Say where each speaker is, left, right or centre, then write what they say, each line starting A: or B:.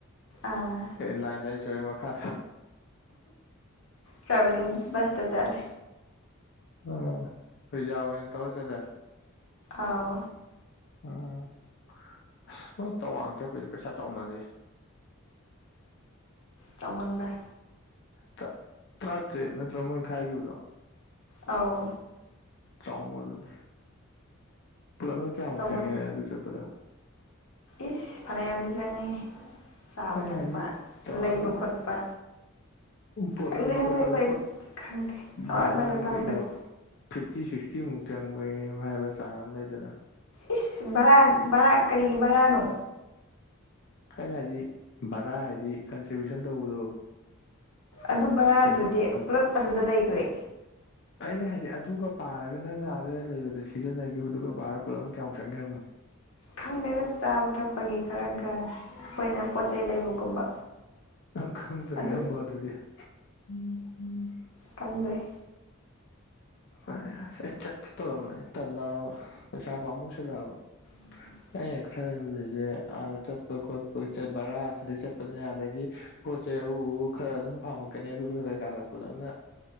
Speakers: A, on the left; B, on the left.
A: ꯑꯥ
B: ꯑꯦ ꯂꯥꯏꯟꯗ ꯍꯥꯏꯁꯦ ꯁꯣꯢꯔꯦ ꯃꯈꯥꯗ
A: ꯇ꯭ꯔꯦꯚꯦꯂꯤꯡ ꯕꯁꯇ ꯆꯠꯂꯦ
B: ꯑꯣ ꯔꯤꯖꯥꯕ ꯑꯣꯏꯅ ꯇꯧꯔ ꯆꯠꯂꯦ
A: ꯑꯥꯎ
B: ꯎꯝ ꯑꯁ ꯃꯣꯏ ꯇꯋꯥꯡ ꯆꯠꯄꯩꯗꯣ ꯄꯩꯁꯥ ꯆꯥꯎꯃꯜꯂꯤ
A: ꯆꯥꯎꯃꯟꯕ꯭ꯔꯥ
B: ꯇꯥ ꯇ꯭ꯔꯥꯇ꯭ꯔꯦꯠ ꯅꯠꯇ꯭ꯔ‌ꯣ ꯃꯣꯏ ꯈꯥꯏꯒꯤꯕꯗꯣ
A: ꯑꯥꯎ
B: ꯆꯥꯎꯃꯜꯂꯦ ꯄꯨꯜꯂꯞꯅ ꯀꯌꯥꯃꯨꯛ
A: ꯆꯥꯎꯃꯜ
B: ꯆꯪꯉꯤ ꯅꯪ ꯑꯗꯨ ꯆꯠꯄꯗ
A: ꯏꯁ ꯐꯅꯌꯥꯝꯗꯤ ꯆꯪꯉꯦ ꯆꯥꯕ
B: ꯑꯩꯅ
A: ꯊꯛꯄ
B: ꯍꯥꯏꯗꯤ ꯆꯥꯎꯔꯥꯛꯅ
A: ꯂꯩꯕ ꯈꯣꯠꯄ
B: ꯄꯣꯠ
A: ꯈꯪꯗꯦ-ꯈꯪꯗꯦ
B: ꯂꯩꯕ ꯈꯣꯠꯄꯗ
A: ꯑꯩꯈꯣꯏ
B: ꯄꯣꯠ
A: ꯈꯪꯗꯦ ꯆꯥꯎꯔꯥꯛꯅꯒ
B: ꯕꯔꯥꯒ
A: ꯈꯪꯗ꯭ꯔꯦ
B: ꯀꯩꯀꯥ ꯐꯤꯐꯇꯤ ꯁꯤꯛꯁꯇꯤꯃꯨꯛ ꯆꯪꯕ‌ ꯍꯥꯏꯕ ꯆꯥꯡ ꯑꯃ ꯂꯩꯗꯅ
A: ꯏꯁ ꯕꯔꯥ ꯕꯔꯥ ꯀꯔꯤꯒꯤ ꯕꯔꯥꯅꯣ
B: ꯑꯩꯅ ꯍꯥꯏꯗꯤ ꯚꯔꯥ ꯍꯥꯏꯗꯤ ꯀꯟꯇ꯭ꯔꯤꯕ꯭ꯤꯌꯨꯁꯟ ꯇꯧꯕꯗꯣ
A: ꯑꯗꯨ ꯕꯔꯥꯗꯨꯗꯤ
B: ꯀꯩꯅꯣ
A: ꯄꯨꯂꯞ ꯑꯗꯨꯗ ꯂꯩꯒ꯭ꯔꯦ
B: ꯑꯩꯅ ꯍꯥꯏꯗꯤ ꯑꯗꯨꯒ ꯄꯥꯔꯒ ꯅꯪꯅ ꯑꯥꯗꯒ ꯂꯩꯕꯗ ꯁꯤꯖꯤꯟꯅꯒꯤꯕꯗꯨꯒ ꯄꯥꯔꯒ ꯄꯨꯂꯞꯅ ꯀꯌꯥꯃꯨꯛ ꯆꯪꯒꯦ ꯍꯪꯕꯅ‌ꯦ
A: ꯈꯪꯗꯦꯗ ꯆꯥꯕ ꯊꯛꯄꯒꯤ ꯈꯔꯒ ꯑꯩꯈꯣꯏꯅ ꯄꯣꯠ ꯆꯩꯩ ꯂꯩꯕꯒꯨꯝꯕ
B: ꯅ‌ꯪ ꯈꯪꯗꯔꯦ
A: ꯑꯗꯨ
B: ꯑꯝꯕꯧ ꯑꯗꯨꯗꯤ ꯎꯝ-ꯎꯝ
A: ꯈꯪꯗ꯭ꯔ‌ꯦ
B: ꯑꯩ ꯆꯠꯀꯦ ꯇꯧꯔꯝꯕꯅ‌ꯦ ꯇꯜꯂꯛꯑꯕ ꯄꯩꯁꯥ ꯄꯥꯝꯃꯨ ꯁꯜꯂꯛꯑꯕ
A: <unintelligible>
B: ꯑꯩꯅ ꯈꯜꯂꯤꯖ‌ꯦ ꯑꯥꯗ ꯆꯠꯄ-ꯈꯣꯠꯄ ꯕꯔꯥ ꯁꯤꯗꯩ ꯆꯠꯄꯅꯤꯅ ꯑꯗꯒꯤ ꯄꯣꯠꯆꯩꯩ ꯑꯎ-ꯑꯎꯕ ꯈꯔ ꯑꯗꯨꯝ ꯄꯥꯝꯃꯛꯀꯅꯤ ꯑꯗꯨꯒ ꯀꯩꯀꯥꯒ ꯄꯨꯜꯂꯞꯅ